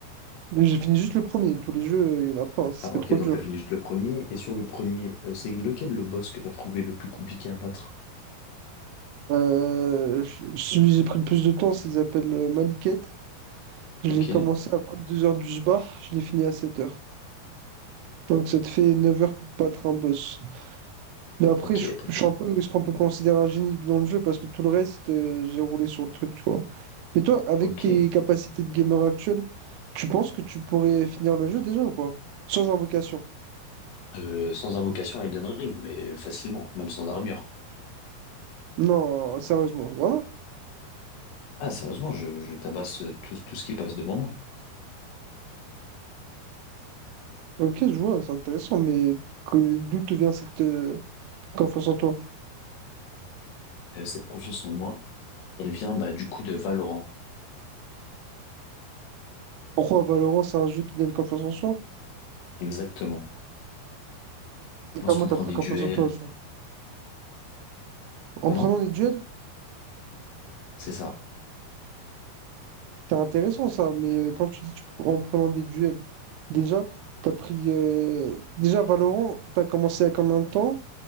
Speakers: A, on the right; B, on the left.
A: Mais J'ai fini juste le premier, tous les jeux, il y en a plein, ce
B: Ah
A: serait
B: ok,
A: trop
B: donc
A: dur.
B: t'as fini juste le premier. Et sur le premier, euh, c'est lequel le boss que t'as trouvé le plus compliqué à battre?
A: Euh, je- celui que j'ai pris le plus de temps, c'est- il s'appelle euh, Maliket. Je
B: Ok.
A: l'ai commencé à 22h du sbar, je l'ai fini à 7h. Donc ça te fait 9h pour battre un boss. Mais après,
B: Ok,
A: je,
B: donc,
A: je suis un peu ce qu'on peut considérer un génie dans le jeu parce que tout le reste, euh, j'ai roulé sur le truc, tu vois. Mais toi, avec
B: ok.
A: tes capacités de gamer actuelles, tu penses que tu pourrais finir le jeu déjà ou pas? Sans invocation.
B: Euh, sans invocation à Elden Ring, mais facilement, même sans armure.
A: Non, sérieusement. Voilà.
B: Ah, sérieusement, je, je tabasse tout, tout ce qui passe devant moi.
A: Ok, je vois, c'est intéressant, mais que- d'où te vient cette euh, confiance en toi?
B: Euh, cette confiance en moi, elle vient bah, du coup de Valorant.
A: Pourquoi Valorant, c'est un jeu qui donne confiance en soi?
B: Exactement.
A: Et comment
B: Lorsqu'on
A: t'as
B: prend
A: pris
B: des
A: confiance
B: duels.
A: en toi, ce jeu En
B: Comment?
A: prenant des duels?
B: C'est ça.
A: C'est intéressant ça, mais euh, quand tu dis tu- en prenant des duels, déjà, t'as pris. euh, Déjà, Valorant, t'as commencé à combien de temps?